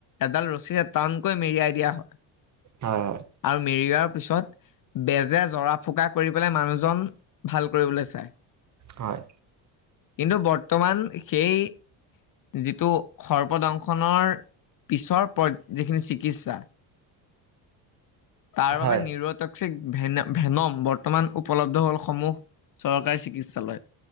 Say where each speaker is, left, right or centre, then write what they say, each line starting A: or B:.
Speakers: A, on the left; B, on the right.
A: এডাল ৰছীৰে টানকৈ মেৰিয়াই দিয়া হয়। আৰু
B: হয়
A: মেৰিয়াৰ, পিছত, বেজে জৰা, ফুকা কৰি পেলাই মানুহজন। ভাল কৰিবলৈ চাই।
B: হয়
A: কিন্তু বৰ্তমান সেই। যিটো সৰ্বদংশনৰ পিছৰ যিখিনি চিকিৎসা তাৰ
B: হয়
A: বাবে
B: হয়
A: নিৰত। ভেন-ভেনম বৰ্তমান উপলব্ধ হল সমূহ চৰকাৰী চিকিৎসালয়।